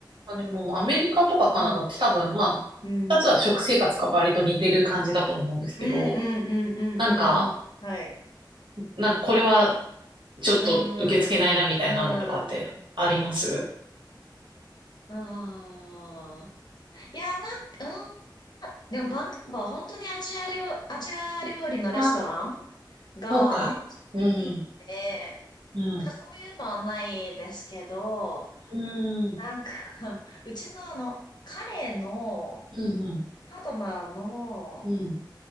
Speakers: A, on the right; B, on the left.
A: まあ、でも、アメリカとかカナダって多分、
B: うん。
A: まあ、
B: うん。
A: 二つは食生活が割と似てる感じだと思うんですけど、
B: うんうんうんうんうんうん。
A: なんか、
B: はい。
A: なんかこれはちょっと受け付けないなみたいなのとかってあります
B: うん。うん。ああ。いや、なんか、うん。でも、バンクーバー、本当にアジア料、アジア料理のレストラン
A: あ、
B: がめっちゃいいんで、
A: そうか。うん、うん、
B: なんからそういうのはないですけど、
A: うん、
B: なんか <laughs> うちのあの、彼の
A: うん、うん。
B: パートナーの
A: うん